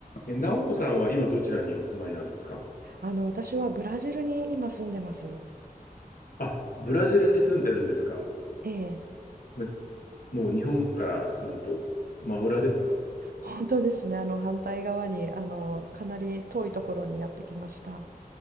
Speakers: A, on the left; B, on the right.
A: え、直子さんは今どちらにお住まいなんですか
B: あの、私はブラジルに今住んでます。
A: あ、ブラジルに住んでるんですか。
B: ええ、
A: めもう日本からすると真裏ですね。
B: 本当ですね。あの、反対側に、あの、かなり遠いところにやってきました。